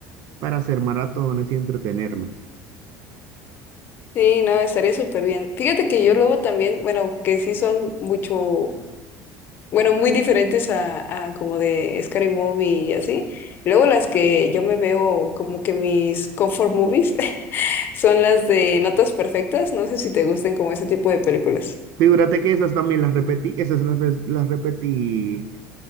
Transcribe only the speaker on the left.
Sí, no, estaría súper bien. Fíjate que yo luego también, bueno, que sí son mucho, bueno, muy diferentes a, a como de Scary Movie y así. Luego las que yo me veo como que mis comfort movies <laughs> son las de Notas Perfectas. No sé si te gusten como ese tipo de películas.